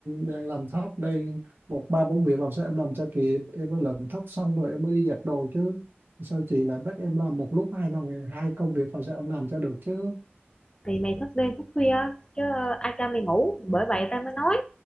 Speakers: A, on the right; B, on the left.
A: đang làm tóc đây một ba bốn việc làm sao em làm cho kịp em mới làm tóc xong rồi em mới đi giặt đồ chứ sao chị lại bắt em làm một lúc hai lần hai công việc làm sao em làm cho được chứ
B: Thì mày thức đêm thức khuya chứ ai cho mày ngủ. Bởi vậy tao mới nói